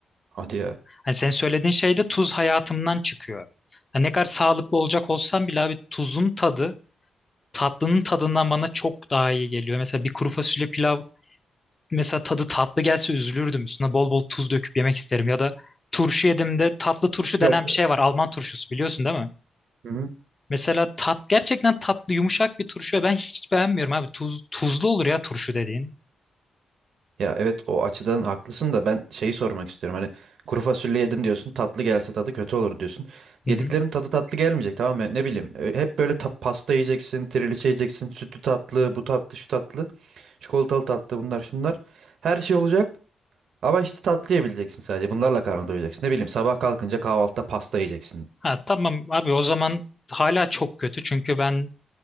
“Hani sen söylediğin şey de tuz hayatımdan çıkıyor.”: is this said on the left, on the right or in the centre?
Left